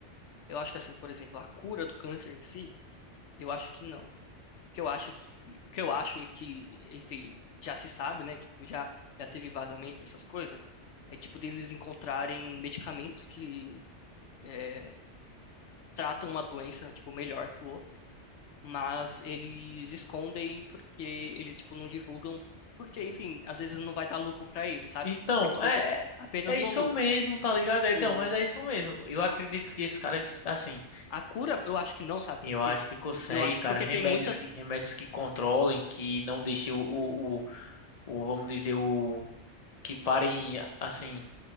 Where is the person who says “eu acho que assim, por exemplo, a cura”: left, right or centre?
Left